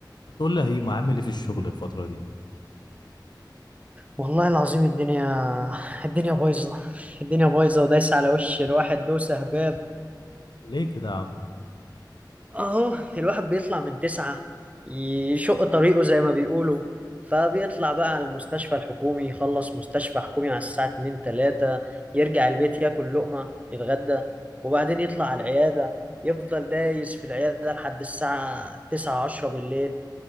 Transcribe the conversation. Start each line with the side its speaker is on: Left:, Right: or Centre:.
Left: ما تقول لي هيما عامل ايه في الشغل الفترة دي
Right: والله العظيم الدنيا الدنيا بايظة الدنيا بايظة ودايسة على وش الواحد دوسة هباب
Left: ليه كده يا عم
Right: اهو الواحد بيطلع من تسعة يشق طريقه زي ما بيقولوا فبيطلع بقى على المستشفى الحكومي يخلص مستشفى حكومي على الساعة اتنين تلاتة يرجع البيت ياكل لقمة يتغدى وبعدين يطلع على العيادة يفضل دايس في العيادة لحد الساعة تسعة عشرة بالليل